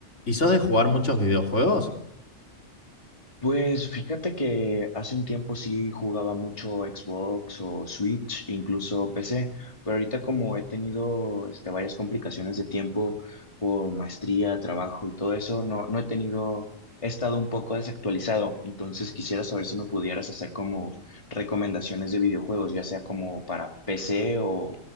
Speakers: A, on the left; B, on the left.
A: ¿Y sos de jugar muchos videojuegos?
B: Pues fíjate que hace un tiempo sí jugaba mucho Xbox o Switch, incluso PC, pero ahorita como he tenido este, varias complicaciones de tiempo por maestría, trabajo y todo eso, no, no he tenido, he estado un poco desactualizado, entonces quisiera saber si me pudieras hacer como recomendaciones de videojuegos, ya sea como para PC o,